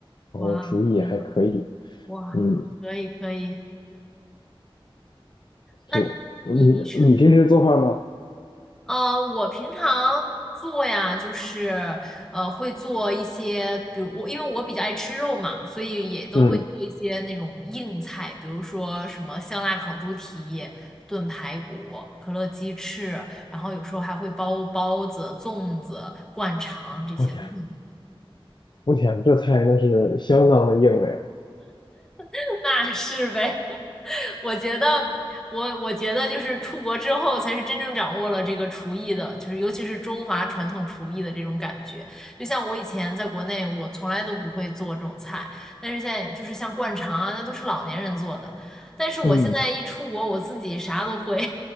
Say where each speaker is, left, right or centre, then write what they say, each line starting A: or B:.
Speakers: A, on the left; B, in the centre.
A: 然后厨艺也还可以。
B: 哇，挺好哇，
A: 嗯，
B: 可以可以，那你你你是
A: 是你你平时做饭吗？
B: 呃，我平常做呀，就是呃会做一些，比如我因为我比较爱吃肉嘛，所以也都会做一些那种硬菜，
A: 嗯，
B: 比如说什么香辣烤猪蹄、炖排骨、可乐鸡翅，然后有时候还会包包子、粽子、灌肠这些都。
A: 我天，
B: 会。
A: 我天，这菜那是相当的硬了呀。
B: <laughs> 那是呗，<laughs> 我觉得，我我觉得就是出国之后才是真正掌握了这个厨艺的，就是尤其是中华传统厨艺的这种感觉。就像我以前在国内，我从来都不会做这种菜，但是现在就是像灌肠啊，那都是老年人做的。但是我现在一出国，
A: 嗯，
B: 我自己啥都会，